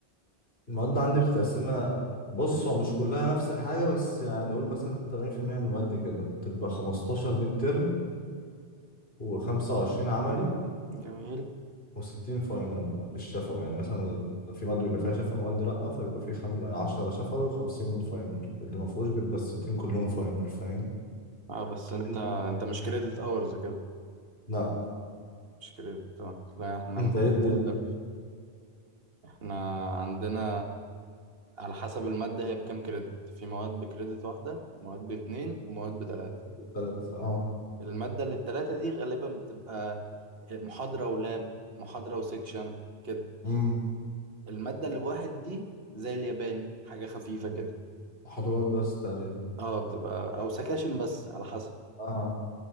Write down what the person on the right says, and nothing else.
جميل
اه بس انت
انت مش كريدت اورز كده
مش كريدت اه لا احنا
مود
مختلف احنا عندنا على حسب المادة هي بكام كريدت في مواد بكريدت واحدة ومواد باتنين ومواد بتلاتة
المادة اللي بتلاتة دي غالبا بتبقى محاضرة ولاب محاضرة وسيكشن كده
المادة اللي بواحد دي زي الياباني حاجة خفيفة كده
اه بتبقى او سكاشن بس على حسب